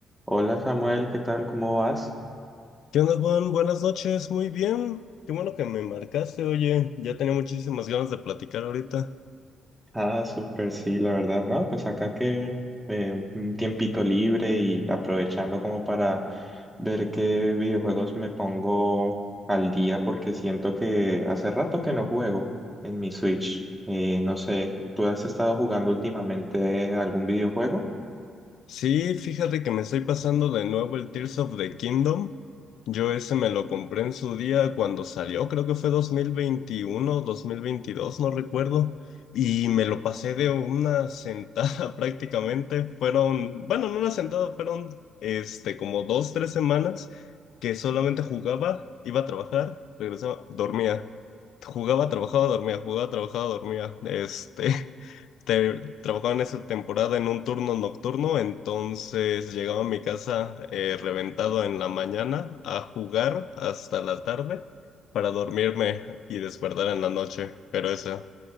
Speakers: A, in the centre; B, on the left.
A: Hola Samuel, ¿qué tal? ¿Cómo vas?
B: ¿Qué onda, Juan? Buenas noches, muy bien. Qué bueno que me marcaste, oye, ya tenía muchísimas ganas de platicar ahorita.
A: Ah, súper, sí, la verdad, no, pues acá que eh, un tiempito libre y aprovechando como para ver qué videojuegos me pongo al día porque siento que hace rato que no juego en mi Switch. Eh, no sé, ¿tú has estado jugando últimamente algún videojuego?
B: Sí, fíjate que me estoy pasando de nuevo el Tears of the Kingdom. Yo ese me lo compré en su día cuando salió, creo que fue dos mil veintiuno, dos mil veintidós, no recuerdo. Y me lo pasé de una sentada <laughs> prácticamente. Fueron, bueno, no una sentada, fueron este, como dos, tres semanas que solamente jugaba, iba a trabajar, regresaba, dormía. Jugaba, trabajaba, dormía, jugaba, trabajaba, dormía. Este. <laughs> Te, trabajaba en esa temporada en un turno nocturno, entonces llegaba a mi casa eh, reventado en la mañana a jugar hasta la tarde para dormirme y despertar en la noche, pero eso.